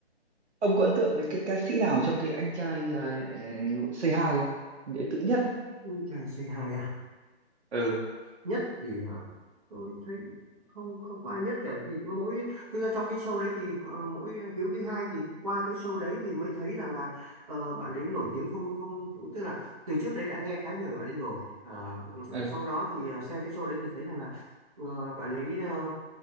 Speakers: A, on the right; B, on the right.
A: ông có ấn tượng với cái ca sĩ nào trong cái anh trai ờ, ờ, Say Hi không Để ấn nhất
B: anh trai C2
A: ừ
B: nhất thì hả? tôi thấy không không có ai nhất cả thì có mỗi thực ra trong cái show đấy thì ờ, mỗi Hiếu thứ hai thì qua cái show đấy thì mới thấy rằng là ờ, bạn ấy nổi tiếng không không tức là từ trước đấy đã nghe khá nhiều về bạn ấy rồi À, ừ,
A: ừ
B: sau đó thì ờ, xem cái show đấy thì thấy rằng là ờ, bạn ấy ờ,